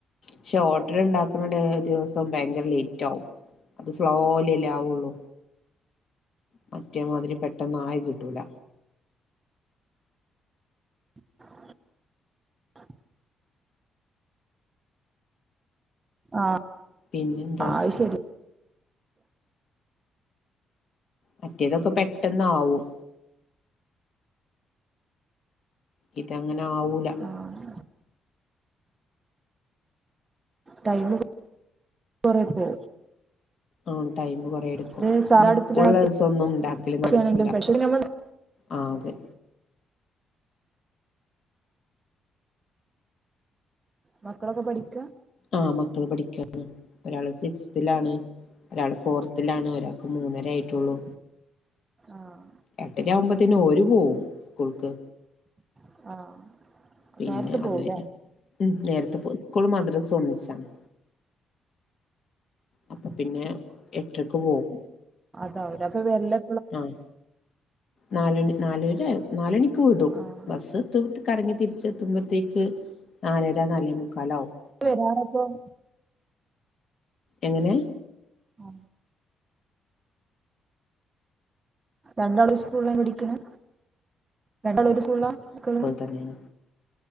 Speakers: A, on the left (about 40°); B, on the right (about 15°).
A: പഷേ ഓട്ടടണ്ടാക്കുന്ന ഡേ ദിവസം ഭയങ്കര ലേറ്റ് ആവും അത് സ്ലോലല്ലേ ആവുള്ളൂ മറ്റേമാതിരി പെട്ടന്നായി കിട്ടൂല
B: <inaudible> ആഹ്
A: പിന്നിന്താ
B: അത് ശരിയാ
A: മറ്റേതൊക്കെ പെട്ടെന്നാവും ഇതങ്ങനെ ആവൂല
B: ആഹ് ടൈമ് കൊറേ പോവും
A: ഉം ടൈമ് കൊറെ എടുക്കും
B: ഇത് സാധാ
A: പിന്നെ
B: അടുപ്പിലാണെങ്കിലും
A: സ്കൂളുള്ള ദിവസം ഒന്നും ണ്ടാക്കല്
B: പക്ഷാണെങ്കിലും
A: നടക്കൂല
B: പക്ഷെ നമ്മൾ
A: ആഹ് അതെ
B: മക്കളൊക്കെ പഠിക്കാ
A: ആഹ് മക്കള് പഠിക്കാണ് ഒരാള് സിക്സ്ത്തിലാണ് ഒരാള് ഫോർത്തിലാണ് ഒരാൾക്ക് മൂന്നര ആയിറ്റൊള്ളൂ
B: ആഹ്
A: എട്ടരവുമ്പോത്തിന് ഓല് പോവും സ്കൂൾക്ക്
B: ആഹ്
A: പിന്നെ
B: നേരത്തെ പോവുല്ലേ
A: അതുവരെ ഉ നേരത്തെ പോ സ്കൂൾ മദ്രസ് ഒന്നിച്ചാണ് അപ്പൊ പിന്നെ എട്ടരയ്ക്ക് പോവും
B: അതാവേ അപ്പൊ വെരല്ലോ
A: ആഹ് നാലണി നാലര നാലണി വിടും
B: ആഹ്
A: ബസെത്തി വിട്ട് കറങ്ങി തിരിച്ചെത്തുമ്പത്തേക്ക് നാലര നാലേമുക്കാലാവും
B: വരാണപ്പം
A: എങ്ങനേ
B: ആഹ് രണ്ടാളും ഒരു സ്കൂളിലാ പഠിക്കണേ രണ്ടാളും ഒര് സ്കൂളിലാ മക്കള്
A: അ <unintelligible>